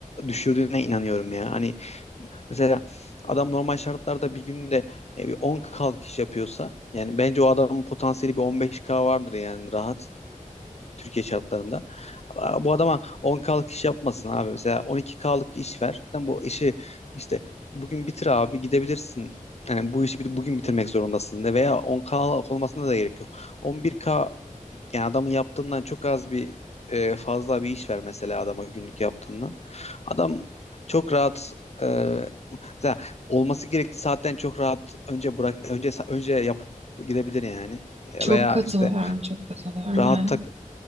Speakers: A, on the left; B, on the right.
A: düşürdüğüne inanıyorum ya. Hani mesela adam normal şartlarda bir günde e, bir 10 kalkış yapıyorsa yani bence o adamın potansiyeli bir 15K vardır yani rahat. Türkiye şartlarında. Bu adama 10 kalık iş yapmasın abi. Mesela 12 kalık iş ver. Sen bu işi işte bugün bitir abi gidebilirsin. Yani bu işi bir- bugün bitirmek zorundasın de veya 10K'lık olmasına da gerek yok. 11K yani adamın yaptığından çok az bir e, fazla bir iş ver mesela adama günlük yaptığından. Adam çok rahat e, mesela olması gerektiği saatten çok rahat önce bırak önce önce yapıp gidebilir yani. E,
B: çok
A: Veya
B: katılıyorum,
A: işte
B: çok katılıyorum
A: rahat
B: yani.
A: tak